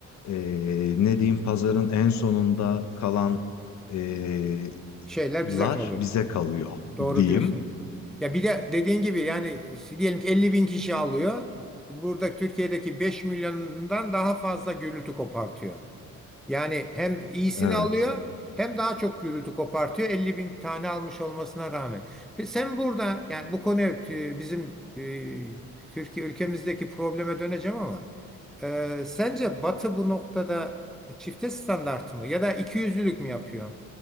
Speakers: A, on the left (about 65°); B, in the centre.
A: eee, ne diyeyim pazarın en sonunda kalan eee,
B: Şeyler
A: lar
B: bize kalıyor.
A: bize kalıyor
B: Doğru
A: diyeyim.
B: diyorsun. Ya bir de dediğin gibi yani e, diyelim ki elli bin kişi alıyor. Burada Türkiye'deki 5 milyondan daha fazla gürültü kopartıyor. Yani hem iyisini
A: Evet.
B: alıyor hem daha çok gürültü kopartıyor. Elli bin tane almış olmasına rağmen. Pe- Sen burada yani bu konu evet, e, bizim e, Türkiye ülkemizdeki probleme döneceğim ama e, sence Batı bu noktada çifte standart mı ya da ikiyüzlülük mü yapıyor?